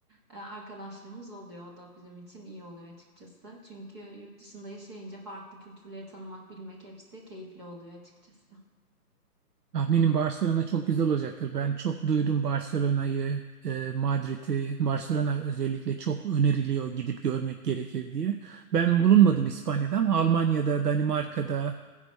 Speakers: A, on the right; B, on the right.
A: e, arkadaşlığımız oluyor. O da bizim için iyi oluyor açıkçası. Çünkü yurt dışında yaşayınca farklı kültürleri tanımak, bilmek hepsi keyifli oluyor açıkçası.
B: Tahminim Barcelona çok güzel olacaktır. Ben çok duydum Barcelona'yı, e, Madrid'i. Barcelona özellikle çok öneriliyor gidip görmek gerekir diye. Ben bulunmadım İspanya'da ama Almanya'da, Danimarka'da,